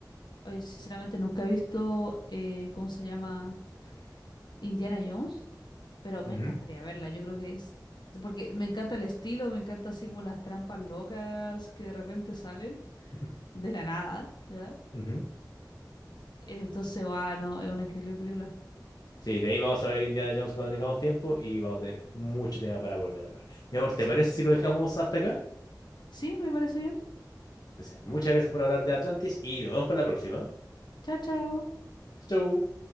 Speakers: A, on the left; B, on the left.
A: Oye, sinceramente nunca he visto, eh, ¿cómo se llama? Indiana Jones. pero me
B: Ujú,
A: encantaría verla. Yo creo que es, porque me encanta el estilo, me encanta así como las trampas locas que de repente salen
B: <laughs>
A: de la nada, ¿ya?
B: ujú.
A: Entonces, va, no, es una increíble película.
B: Sí, de ahí vamos a ver Indiana Jones cuando tengamos tiempo y vamos a tener mucho tema para volver a hablar. Mi amor,
A: Sí.
B: ¿te parece si lo dejamos hasta acá?
A: Sí, me parece bien.
B: Entonces, muchas gracias por hablar de Atlantis y nos vemos para la próxima.
A: Chao, chao.
B: Chau.